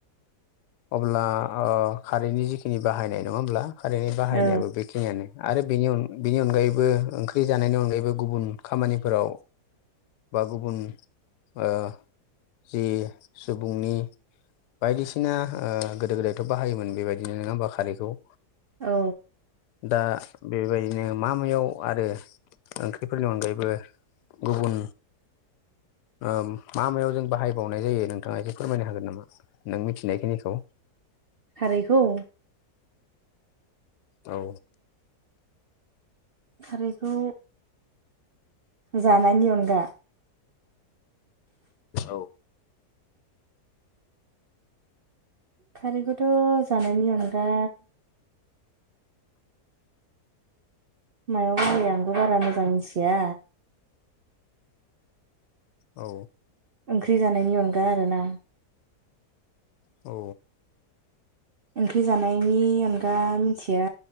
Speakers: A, on the left; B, on the right.
A: अब्ला ओ खारैनि जिखिनि बाहायनाय नंङा होनब्ला खारैनि बाहायनायाबो
B: औ
A: बेखिनियानो आरो बिनि बेनि अनगायैबो ओं ख्रि जानायनि अनगायैबो गुबुन खामानिफोराव बा गुबुन ओ जि सुबुंनि बायदिसिना ओ गोदो गोदायथ' बाहायोमोन बेबायदिनो नंङा होनबा खारैखौ
B: औ
A: दा बेबायदिनो मा मायाव आरो ओंख्रिफोरनि अनगायैबो गुबुन ओ मा मायाव जों बाहायबावनाय जायो नोंथांङा एसे फोरमायनो हागोन नामा नों मिथिनायखिनिखौ औ
B: खारैखौ
A: औ
B: खारैखौ जानायनि अनगा
A: औ
B: खारैखौथ जानायनि अनगा मायाव बाहायो आंबो बारा मोजां मिथिया
A: औ
B: ओंख्रि जानायनि अनगा आरोना
A: औ
B: ओंख्रि जानायनि अनगा मिथिया